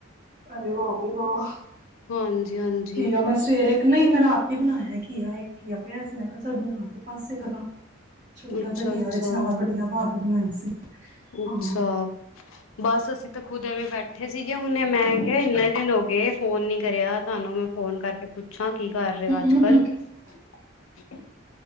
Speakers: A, on the right (about 40°); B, on the left (about 80°).
A: <unintelligible>
B: ਹਾਂਜੀ ਹਾਂਜੀ
A: ਸਵੇਰੇ ੲਕ ਨਹੀਂ ਮੈਂ ਰਾਤੀ ਬਣਾਇਆ ਕੀਆ ਇਕ ਕੀਆ ਪਿਆ ਸੀ ਮੈਂ ਕਿਹਾ ਚਲ ਬਨਾ ਕੇ ਪਾਸੇ ਕਰਾਂ ਛੋਟਾ
B: ਅੱਛਾ
A: ਜੇਆ ਕਿਆ
B: ਅੱਛਾ
A: ਵਿਚ ਨਾਲ ਵੱੜੀਆਂ ਪਾ ਕੇ ਬਨਾਆ ਸੀ
B: ਅੱਛਾ
A: ਹਾਂ
B: ਬਸ ਅਸੀਂ ਤਾਂ ਖੁਦ ਐਵੇਂ ਬੈਠੇ ਬੱਠੇ ਸੀਗੇ ਹੁਨੇ ਮੈਂ ਕਿਆ ਇੰਨੇ ਦਿਨ ਹੋ ਗਏ ਫੋਨ ਨੀ ਕਰਿਆ ਤੁਹਾਨੂੰ ਮੈਂ ਫੋਨ ਕਰਕੇ ਪੁੱਛ ਪੁੱਛਾਂ ਕੀ ਕਰ ਰਹੇ ਔ ਅਜ
A: <inaudible>
B: <inaudible>